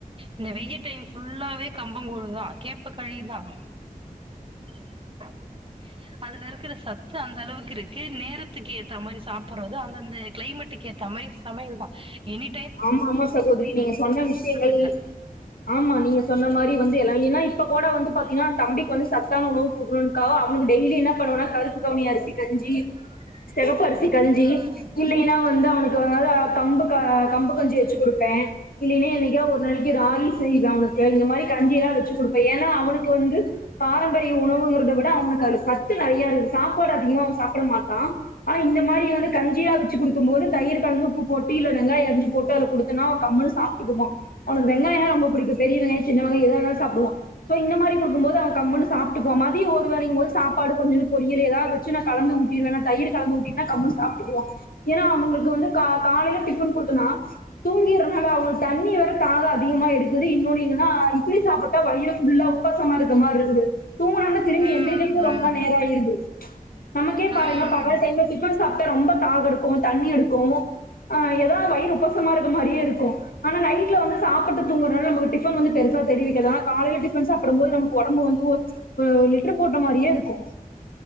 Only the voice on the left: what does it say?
ஆமா ஆமா சகோதரி நீங்க சொன்ன விஷயங்கள்
ஆமா நீங்க சொன்ன மாரி வந்து எல்லா ஏன்னா இப்ப கூட வந்து பாத்தீங்கன்னா தம்பிக்கு வந்து சத்தான உணவு புக <unintelligible> அவனு டெய்லி என்ன பண்ணுவேனா கருப்பு கவுனி அரிசி கஞ்சி
செவப்பரிசி கஞ்சி
இல்லைன்னா வந்து அவனுக்கு அதாவ கம்பு க கம்பு கொஞ்சோ வச்சு குடுப்பே இல்லைன்னே என்னைக்கோ ஒரு நாளைக்கு ராகி செய்வே அவனுக்கு இந்த மாரி கஞ்சி எல்லா வச்சு குடுப்பேன் ஏன்னா அவனுக்கு வந்து பாரம்பரிய உணவுங்கிறத விட அவனுக்கு அது சத்து நெறைய இருக்கு சாப்பாடு அதிகமா அவன் சாப்ட மாட்டா ஆனா இந்த மாரி வந்து கஞ்சியா வச்சு குடுக்கும் போது தயிர் கலந்துப்பு போட்டு இல்ல வெங்காய அரிஞ் போட்டு அது குடுத்தனா அவ கம்ன்னு சாப்ட்டுக்குருவா அவனுக்கு வெங்காயம்ல்லா ரொம்ப புடிக்கும் பெரிய வெங்காய சின்ன வெங்காய எதா இருந்தாலு சாப்டுவா சோ இந்த மாரி குடுக்கு போது அவங்க கம்ன்னு சாப்ட்டுக்குவா மதிய ஒரு வேலைக்கு போது சாப்பாடு கொஞ்ச பொரியலு ஏதாவது சின்ன கலந்து ஊட்டிருவேன்னா தயிர் கலந்து ஊட்டிருவேனா கம்னு சாப்ட்டுக்குவா ஏன்னா அவங்களுக்கு வந்து கா காலையில டிஃபன் குடுத்தனா தூங்கிறனு இல்லஅவங்களுக்கு தண்ணி வேற தாகம் அதிகமா எடுக்குது இன்னொன்னு என்னன்னா இட்லி சாப்டு வயிறு புல்லா உப்பாசமா இருக்க மாரி இருக்குது தூங்குணான வந்து திரும்பி
எந்திரிக்கக்கு ரொம்ப நேரம் ஆயிருது நமக்கே பாருங்க
பகல் டைம்ல டிபன் சாப் ரொம்ப தாக எடுக்கு தண்ணி எடுக்கு அ ஏதாவது வயிறு உப்பசமா இருக்க மாரியே இருக்கு ஆனா நைட்ல வந்து சாப்ட்டு தூங்கறதுனால நமக்கு டிஃபன் வந்து பெருசா தெரிவிக்கதுனா காலையில டிஃபன் சாப்டும் போது நமக்கு ஒடம்பு வந்து இப்ப லிட்டர் போட்ட மாரியே இருக்கு